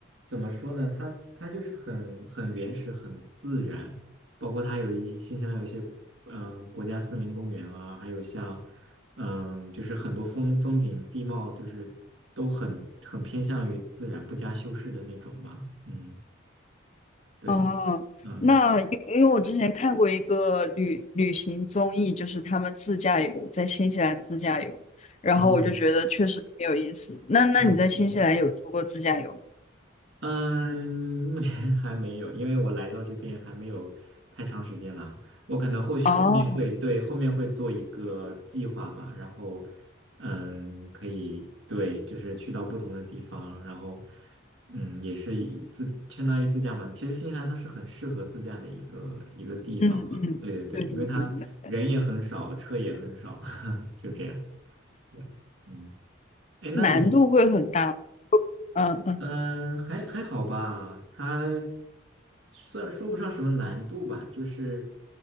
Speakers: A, on the right; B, on the left.
A: 怎么说呢？它它就是很很原始、很自然。包括它有一新西兰有一些嗯、呃国家森林公园啊，还有像嗯、就是很多风风景地貌，就是都很很偏向于自然、不加修饰的那种吧。嗯，对的，
B: 哦，
A: 嗯，
B: 那因因为我之前看过一个旅旅行综艺，就是他们自驾游，在新西兰自驾游，然后我就觉得确实挺有意思。
A: 啊，
B: 那那你在新西兰有做过自驾游吗？
A: 对的对嗯，目前 <laughs> 还没有，因为我来到这边还没有太长时间了。我可能后续后面会，
B: 哦
A: 对，后面会做一个计划吧，然后，嗯，可以，对，就是去到不同的地方，然后，嗯，也是以自相当于自驾嘛。其实新西兰它是很适合自驾的一个一个地方吧。
B: 嗯嗯，
A: 对对对，
B: 对对对对，
A: 因为它人也很少，车也很少，<laughs> 就这样。对，嗯，哎，
B: 难度会很大
A: 那你
B: 嗯嗯，
A: 嗯，还还好吧，它算说不上什么难度吧，就是